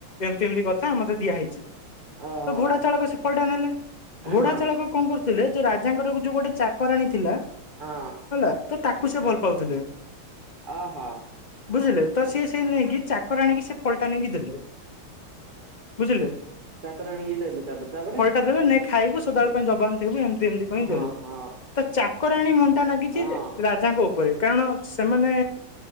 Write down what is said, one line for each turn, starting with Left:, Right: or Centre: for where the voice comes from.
Left: ଏମିତି ଏମିତି କଥା ମତେ ଦିଆହଇଛି। ତ
Right: ଓହୋ
Left: ଘୋଡା ଚାଳକ ସେ ଫଳଟା ନେଲେ ଘୋଡା
Right: ହଁ
Left: ଚାଳକ କଣ କରୁ ଥିଲେ ଯୋଉ ରାଜାଙ୍କର ଯୋଉ ଗୋଟେ ଚାକରାଣୀ ଥିଲା
Right: ହଁ,
Left: ହେଲା ତ ତାକୁ ସେ ଭଲ ପାଉଥିଲେ,
Right: ଅ ହ
Left: ବୁଝିଲେ ତ ସିଏ ସେ ନେଇକି ଚାକରାଣୀକି ସେ ଫଳଟା ନେଇକି ଦେଲେ ବୁଝିଲେ।
Right: ଚାକରାଣିକି ଦେଲେ ତାପରେ ତାପରେ
Left: ଫଲଟା ଦେଲେ ନେ ଖାଇବୁ ସଦାବେଳେ ପାଇଁ ଜବାନ ଥିବୁ ଏମିତି ଏମିତି କହି
Right: ହଁ
Left: ଦେଲେ
Right: ହଁ
Left: ତ ଚାକରାଣୀ ମୂଁ ଲାଗିଛି
Right: ହଁ
Left: ରାଜାଙ୍କ ଉପରେ କାରଣ ସେମାନେ